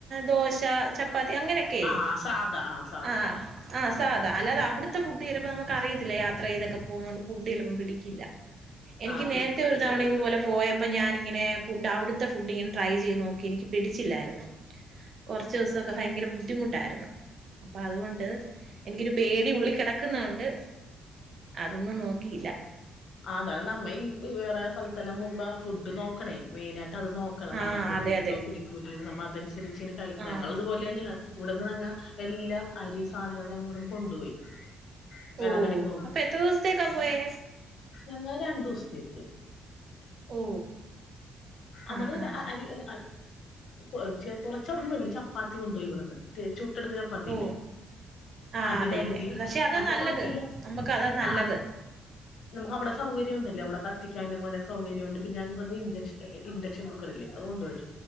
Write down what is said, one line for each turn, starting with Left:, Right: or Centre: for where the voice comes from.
Right: ദോശ ചപ്പാ- പ്പതി ങ്ങനെക്കെ
Left: ആ സാധാ ആ സാധാ
Right: ആഹ് ആഹ് - സാധാ അല്ലാതെ അവിടുത്തെ ഫുഡ് ചിലപ്പോ നമ്മുക്ക്. നിക്ക് അറിയത്തില്ല യാത്ര ചെയ്തൊക്കെ പോകുന്ന കൊണ്ട് ഫുഡ് ചിലപ്പം പിടിക്കില്ല. എനിക്ക്
Left: ആഹ്
Right: നേരത്തെ
Left: പിടിക്കൂല
Right: ഒരു
Left: ശരിയാണ്
Right: തവണ ഇതുപോലെ പോയപ്പോ ഞാനിങ്ങനെ. ഫുഡ് അവിടു അവിടുത്തെ ഫുഡ് ഞാൻ ട്രൈ ചെയ്നോക്കി എനിക്ക്. പിടിച്ചില്ലായിരുന്നു കുറച്ച് ദിവസമൊക്കെ ഭയങ്കര ബുദ്ധിമുട്ടായിരുന്നു അപ്പൊ അതുകൊണ്ട് എനിക്കൊരു പേടി ഉള്ളി കിടക്കുന്ന കൊണ്ട്. അതൊന്നും നോക്കിയില്ല.
Left: അതാണ് നമ്മ ഈ വേറെ സ്ഥലത്തെല്ലാം പോവുമ്പം ഫുഡ് നോക്കണേ. മെയിനായിട്ട് അത് നോക്കണം
Right: ആഹ്
Left: നമുക്ക്
Right: അതെ
Left: പിടിക്കുവോ
Right: അതെ
Left: പിടിക്കുല്ലേ നമ്മ അതനുസരിച്ച്‌. കൊച്ചിനു കഴിക്കാന്
Right: ആഹ്
Left: ഞങ്ങളിതുപോലെ തന്നെയാ. ഇവിടുന്ന് ഞങ്ങ എല്ലാം അരി സാധനങ്ങളും ഞങ്ങൾ ഇവിടുന്ന് കൊണ്ടുപോയി. വേളാങ്കണ്ണി
Right: ഓ
Left: പോ
Right: അപ്പൊ എത്ര ദിവസത്തേക്കാ പോയേ.
Left: ഞങ്ങള് രണ്ടു ദിവസത്തേക്ക്.
Right: ഓ
Left: എന്നിട്ട്
Right: ആഹ്
Left: പിന്നെ
Right: ആഹ്
Left: അരിഇത്. അരിച്ച കൊറച്ചവിടുന്ന് ഇവിടെ ചപ്പാത്തി കൊണ്ട്പോയി ഇവിടുന്ന്. ചുട്ടെടുക്കുന്ന ചപ്പാത്തിയില്ലേ
Right: ഓ ആഹ്
Left: അത്
Right: അതെ
Left: കരുതി
Right: അതെ പക്ഷെ അതാ
Left: അപ്പൊ
Right: നല്ലത്
Left: കൊഴപ്പില്ല
Right: നമ്മുക്ക് അതാ നല്ലത്.
Left: ആഹ് നമുക്ക് അവിടെ സൗകര്യം ഉണ്ടല്ലേ അവിടെ കത്തിക്കാനും അതെ സൗകര്യമുണ്ട് ഞങ്ങക്ക് വന്ന് ഇൻ ജക്ഷൻ ഇൻഡക്ഷൻ കുക്കറില്ലേ അത് കൊണ്ട് പോയി.